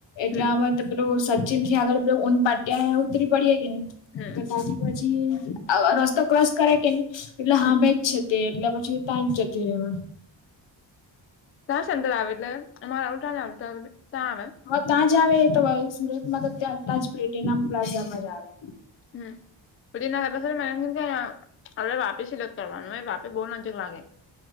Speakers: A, on the left; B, on the left.
A: એટલે
B: હમ
A: અમે તો પેલું સચિન થી આગળ પે ઊંન પાટ્યા ઉતરી પડીે કે ની
B: હમ
A: તો તાથી પછી અ રસ્તો ક્રોસ કરે કે નહી એટલે
B: હમ
A: હા બેજ છે તે એટલે પછી તંજ જતી રેવ આમ
B: સંદર આવે એટલે અમારે આવુતાા ને આવુ ત્યાં આવે
A: હા ત્યાં આવે તો સુરતમાં તો ત્યાંલા જ પ્લેટીનામ પ્લાઝામાં જ આવે
B: હમ <unintelligible> વાપે સિલેક્ટ કરવાનું વાપે બહુ નજ લાગે